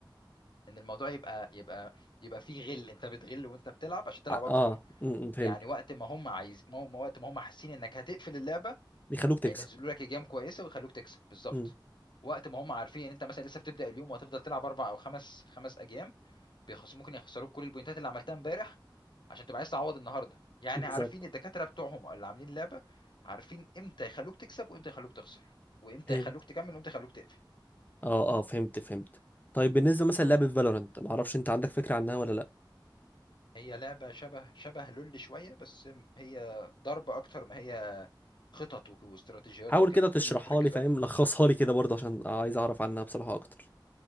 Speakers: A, on the left (about 65°); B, on the left (about 20°).
A: ان الموضوع يبقى يبقى يبقى فيه غل انت بتغل وانت بتلعب عشان تلعب
B: ع-
A: اكتر
B: اه م- م. فهمت
A: يعني وقت ما هم عايز ما ما وقت ما هم حاسين انك هتقفل اللعبه
B: بيخلوك تكسب
A: هينزلوا لك ايجام كويسه ويخلوك تكسب بالظبط
B: م.
A: وقت ما هم عارفين ان انت مثلا لسه بتبدا اليوم وهتفضل تلعب اربع او خمس خمس اجيال بيخص ممكن يخسروك كل البوينتات اللي عملتها امبارح عشان تبقى عايز تعوض النهارده يعني
B: بالظبط
A: عارفين الدكاترة بتوعهم اللي عاملين اللعبة عارفين امتى يخلوك تكسب وامتى يخلوك تخسر وامتى
B: فهمت
A: يخلوك تكمل وامتى يخلوك تقفل
B: اه اه فهمت فهمت طيب بالنسبه مثلا لعبه فالورنت ما اعرفش انت عندك فكره عنها ولا لا
A: هي لعبة شبه شبه لول شوية بس هي ضرب اكتر ما هي خطط وك- واستراتيجيات
B: حاول
A: وكده
B: كده تشرحها
A: لول بتركز
B: لي فاهم
A: اكتر
B: لخصها لي كده برضه عشان عايز اعرف عنها بصراحه اكتر